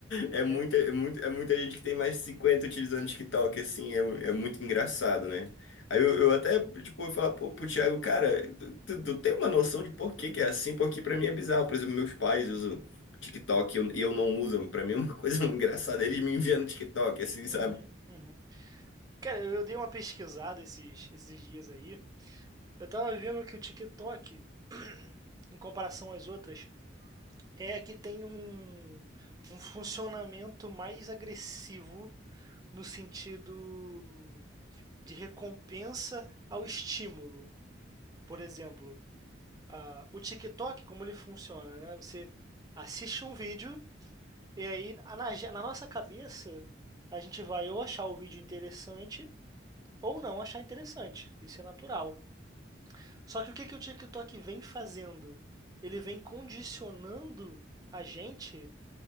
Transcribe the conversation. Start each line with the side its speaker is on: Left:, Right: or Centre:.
Right: é.
Left: é muita, é muito, é muita gente que tem mais de 50 utilizando TikTok, assim, é, é muito engraçado, né? Aí eu, eu até, tipo, eu falar pro, pro Thiago, cara, tu, tu- tu tem uma noção de por que que é assim? Porque pra mim é bizarro. Por exemplo, meus pais usam TikTok e eu, e eu não uso. Pra mim é uma <laughs> coisa engraçada. Eles me enviando TikTok, assim, sabe?
Right: Uhum, uhum. Cara, eu dei uma pesquisada esses, esses dias aí. Eu tava vendo que o TikTok, <clears throat> em comparação às outras, É que tem um, um funcionamento mais agressivo no sentido de recompensa ao estímulo. Por exemplo, ah, o TikTok, como ele funciona, né? Você assiste um vídeo e aí a- na, ge- na nossa cabeça a gente vai ou achar o vídeo interessante ou não achar interessante. Isso é natural. Só que o que que o TikTok vem fazendo? Ele vem condicionando a gente